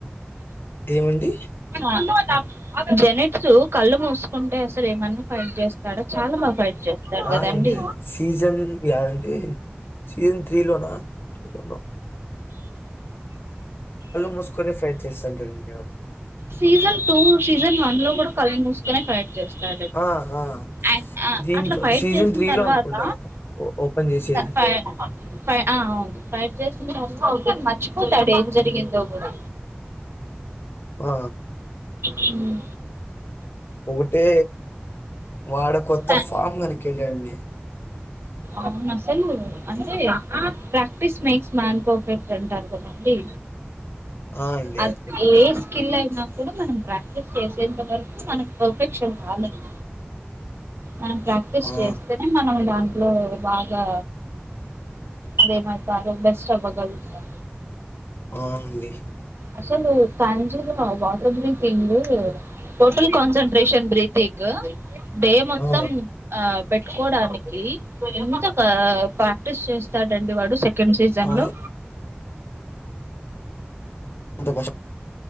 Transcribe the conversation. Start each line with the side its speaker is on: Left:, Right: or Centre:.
Left: ఏమండి?
Right: <unintelligible> జెనట్స్ కళ్ళు మూసుకుంటే అసలు ఏమన్నా ఫై చేస్తాడా చాలా మా ఫైట్ చేస్తాడు కదంీ
Left: ఆ! అండి అది. సీజన్ యాంటి సీజన్ త్రీ లోనా. నో మూసుకొని ఫైట్' చేస్తుంటాడండి వాడు.
Right: సీజన్ టూ సీజన్ వన్ లో కూడా కళ్ళు మూసుకునే ఫైడ్ చేస్తాం
Left: ఆ! ఆ!
Right: అడ్
Left: దీంట్లో
Right: అట్లా ఫైట్
Left: సీజన్
Right: చేసిన తర్వాత
Left: అనుకుంటా కదా! ఓ ఓపెన్ చేసేది.
Right: ఆ ఫై ఫై అవును ఫైట్ చేసి కే మర్చిపోతాడు ఏం జరిగిందో కూడా
Left: ఆ
Right: హ్మ్
Left: ఒకటే వాడు కొత్త
Right: త-
Left: ఫామ్ <unintelligible>
Right: అవును అస చలు అంటే ప్రాక్టీస్ మేక్స్ మ్యాన్ పర్ఫెక్ట్ అంటారు కదండి
Left: ఆ! అండి.
Right: అదే లేస్ <unintelligible> కూడా మనం ప్రాక్టీస్ చేసేంత వరకు మనకు పర్ఫెక్షన్ రాదండి. మనం ప్రాక్టీస్
Left: ఆ!
Right: చేస్తేనే మనం అట్లో బాగా అదేమతారుో బెస్ట్ అవ్వగలుగుతారు
Left: ఆ అండి
Right: అసలు త్యాంజీ water breathing total concentration breathing డే మొత్తం
Left: ఆ!
Right: ఆ పెట్టుకోవడానికి ఎంత ఆ ప్రాక్టీస్ చేస్తాడండి వాడు సీజన్
Left: ఆ!
Right: లో
Left: అంత పశ